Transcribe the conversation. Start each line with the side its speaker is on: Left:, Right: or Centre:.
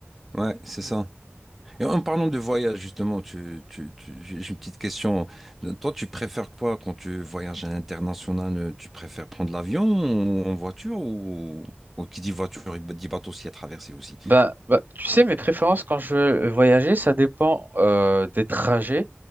Centre: Ouais, c'est ça. Et en parlant de voyage, justement, tu, tu, tu- j'ai j'ai une petite question. Toi, tu préfères quoi quand tu voyages à l'international? euh, Tu préfères prendre l'avion ou en voiture ou ou qui dit voiture, il dit bateau s'il y a traversé aussi.
Right: Ben, ben, tu sais, mes préférences quand je veux voyager, ça dépend euh, des trajets.